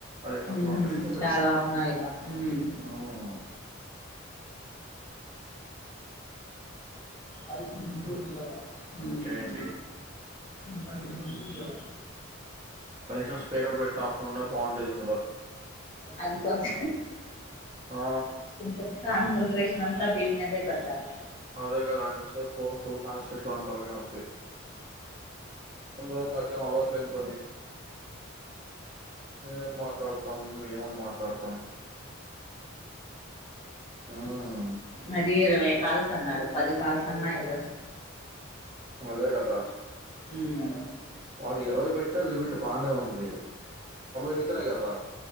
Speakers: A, on the right (about 30°); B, on the left (about 25°).
A: అది అట్లా
B: మ్మ్
A: నడుస్తుంది
B: హ్మ్ చాలా ఉన్నాయిగా మ్మ్
A: ఉమ్
B: మ్మ్
A: అది. ఇంకేంటి
B: ముబైకి పందు
A: కనీసం స్పీకర్ పెట్టే ఆప్షన్ ఉండే బాగుండేది ఇందులో
B: అది కొంత
A: ఆ!
B: ఇన్ఫె సంత్రేష్న్ అంతా దీని మీదే పట్టారు వు
A: అదే కదా! ఎంతసేపు ఫోను చెవుకి ఆనించి పెట్టుకోని తలకాయ నొప్పి. అందులో నాకేం అలవాటు లేని పని. ఏం మాట్లాడతాం? ఏమని మాట్లాడతాం? హ్మ్.
B: అ రవ కాల్స్ అన్నాడు పది కాల్స్ అన్నా ఇవ
A: మజా కదా
B: హ్మ్
A: వాడికి ఇరవై పెట్ట లిమిట్ బానే ఉంది. అయితేనే కదా!